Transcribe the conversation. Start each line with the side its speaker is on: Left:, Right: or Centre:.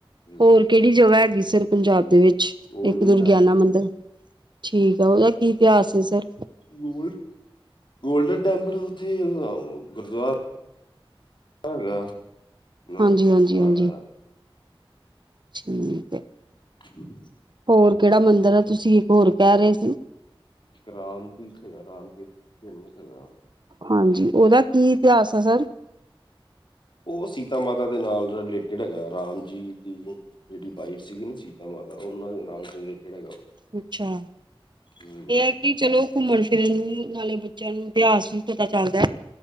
Left: ਹੂੰ
Right: ਹੋਰ ਕਿਹੜੀ ਜਗ੍ਹਾ ਹੈਗੀ ਸਰ ਪੰਜਾਬ ਦੇ ਵਿੱਚ
Left: ਗੋਲਡਨ
Right: ਇੱਕ ਦੁਰਗਿਆਣਾ
Left: ਟੈਂਪਲ
Right: ਮੰਦਿਰ? ਠੀਕ ਆ, ਉਹਦਾ ਕੀ ਇਤਿਹਾਸ ਹੈ ਸਰ?
Left: ਗੋਲਡ ਗੋਲਡਨ ਟੈਂਪਲ ਉੱਥੇ ਗੁਰੂਦੁਆਰਾ। ਪਰ ਉਨ੍ਹਾਂ
Right: ਹਾਂਜੀ
Left: ਨੇ ਖ਼ੁਦ
Right: ਹਾਂਜੀ
Left: ਬਣਾਇਆ
Right: ਹਾਂਜੀ
Left: ਹੋਇਆ ਹੈ।
Right: ਠੀਕ ਏ।
Left: <unintelligible>
Right: ਹੋਰ ਕਿਹੜਾ ਮੰਦਿਰ ਆ, ਤੁਸੀਂ ਇੱਕ ਹੋਰ ਕਹਿ ਰਹੇ ਸੀ?
Left: ਇੱਕ ਰਾਮਦੀਪ ਹੈਗਾ ਰਾਮਦੀਪ ਜਨਮ ਹੈਗਾ।
Right: ਹਾਂਜੀ, ਉਹਦਾ ਕੀ ਇਤਿਹਾਸ ਹੈ ਸਰ?
Left: ਉਹ ਸੀਤਾ ਮਾਤਾ ਦੇ ਨਾਲ ਰਿਲੇਟਿਡ ਹੈਗਾ ਰਾਮ ਜੀ ਦੀ। ਜਿਹੜੀ ਵਾਈਫ ਸੀਗੀ ਨਾ ਸੀਤਾ ਮਾਤਾ ਉਹਨਾਂ ਦੇ ਨਾਲ ਰਲੇਟਿਡ ਹੈਗਾ।
Right: ਅੱਛਾ
Left: ਹਮ
Right: ਇਹ ਹੈ ਕਿ ਚਲੋ ਘੁੰਮਣ ਫਿਰਨ ਨਾਲੇ ਬੱਚਿਆਂ ਨੂੰ ਇਤਿਹਾਸ ਵੀ ਪਤਾ ਚੱਲਦਾ ਹੈ।